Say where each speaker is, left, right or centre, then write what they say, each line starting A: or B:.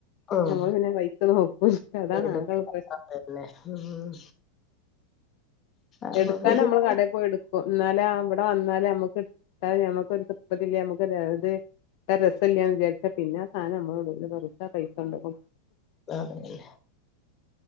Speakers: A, on the left (about 25°); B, on the left (about 45°).
A: ഉം
B: നമ്മൾ പിന്നെ കഴത്ത നോക്കും അതാണ്
A: അതന്നെ
B: താങ്കൾ പ്രശ്നം
A: ഉം അപ്പൊ
B: എടുക്കൻ
A: പിന്നെ
B: നമ്മള് കടയിൽ പോയി എടുക്കും എന്നാല അവിടെ വന്ന എന്ന നമക്ക് നക്ക ഇപ്പല്ല നമുക്ക്ത് രസംമല്ലന്ന് വിചാരിച്ച പിന്നെ സാനം നമ്മോട് ഇ വെറുതാ കഴിക്കണ്ടപ്പ
A: അതന്നെ